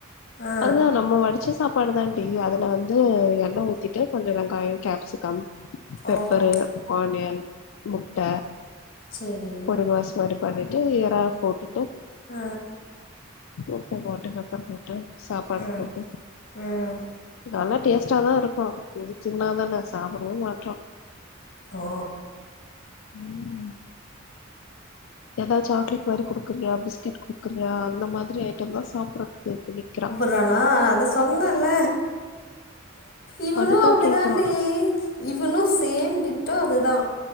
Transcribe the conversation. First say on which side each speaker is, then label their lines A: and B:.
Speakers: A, on the left; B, on the left.
A: ஆ
B: அதா நம்ம வடிச்ச சாப்பாடுதா டி அதுல வந்து எண்ண ஊத்திட்டு கொஞ்ச வெங்கய கேப்சிகம் பெப்பரு
A: ஓஹோ
B: ஆனியன் முட்ட
A: சேரி
B: பொடி மாஸ் மாரி பண்ணிட்டு எறா போட்டுட்டு
A: அ
B: உப்பு போட்டு பெப்பர் போட் டு சாப்பாடு
A: ம்
B: போட்டு
A: ம்
B: நல்லா டேஸ்ட்டா தா இருக்கு தின்னாதான சாப்படவே மாட்றா
A: ஓ
B: ம் எதா சாக்லேட் மாரி குடுக்குறியா பிஸ்கட் குடுக்குறியா அந்த மாதிரி ஐட்டம் தா சாப்பற்றதுக் நிக்கிறா
A: றானா அத சொன்னேல்ல இவனு
B: அதுதா
A: அப்டிதான்டி
B: கேக்குறா
A: இவனு சேம் டிட்டோ அதுதா